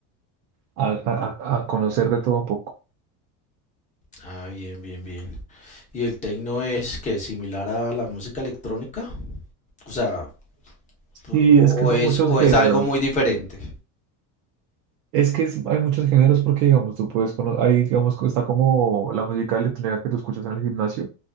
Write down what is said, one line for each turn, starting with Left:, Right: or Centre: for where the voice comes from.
Right: a, a a- conocer de todo un poco.
Left: Ah, bien, bien, bien. ¿Y el techno es que similar a la música electrónica? O sea, o,
Right: sí
Left: o
Right: es que son
Left: es
Right: muchos
Left: o
Right: géneros.
Left: es algo muy diferente.
Right: Es que es- hay muchos géneros porque, digamos, tú puedes conocer, ahí, digamos, co- está como la música electrónica que tú escuchas en el gimnasio,